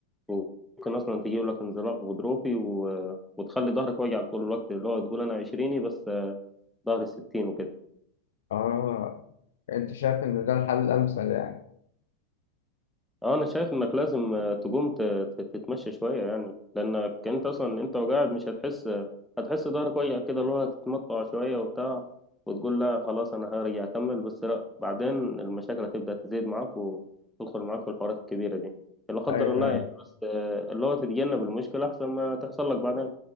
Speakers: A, in the centre; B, on the left (about 60°).
A: وممكن اصلا تجيب لك انزلاق غضروفي و... وتخلي ظهرك واجع طول الوقت اللي هو تقول انا عشريني بس ظهر الستين وكده
B: آه أنت شايف إن ده الحل الأمثل يعني
A: اه انا شايف انك لازم آه، تقوم ت- ت- تتمشى شوية يعني لانك انت اصلا انت وقاعد مش هتحس هتحس ظهرك وجع كده اللي هو هتتمطع شوية وبتاع وتقول لا خلاص انا هرجع اكمل بس لا بعدين المشاكل هتبدأ تزيد معاك وتدخل معاك في الحوارات الكبيرة دي لا قدر
B: ايوه
A: الله
B: ايوه
A: يعني بس آه، اللي هو تتجنب المشكلة احسن ما تحصل لك بعدين